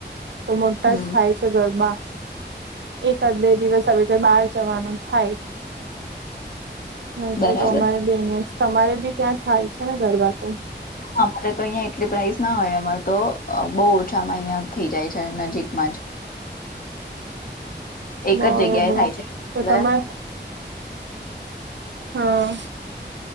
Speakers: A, on the right; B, on the left.
A: તો મોટા
B: હમ
A: થાય છે ગરબા. એકાદ બે દિવસ હવે બહાર જવાનું થાય. નહી તો
B: બરાબર
A: તમારે બી અ તમારે બી ત્યાં થાય છે ને ગરબા તો.
B: અમારે તો અહિયાં એટલી પ્રાઇસ ના હોય અમારે તો બહુ ઓછામાં અહિયાં થઈ જાય છે નજીકમાં જ. એક
A: બરોબર
B: જ જગ્યાએ થાય છે
A: તો
B: ને
A: તમે હા